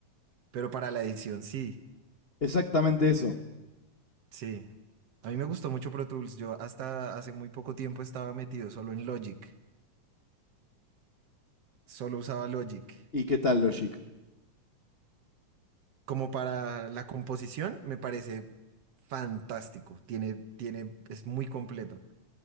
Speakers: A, on the right; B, on the left.
A: pero para la edición sí.
B: Exactamente eso.
A: Sí. A mí me gustó mucho Pro Tools. Yo hasta hace muy poco tiempo estaba metido solo en Logic. Solo usaba Logic.
B: ¿Y qué tal, Logic?
A: como para la composición, me parece fantástico. Tiene, tiene, es muy completo.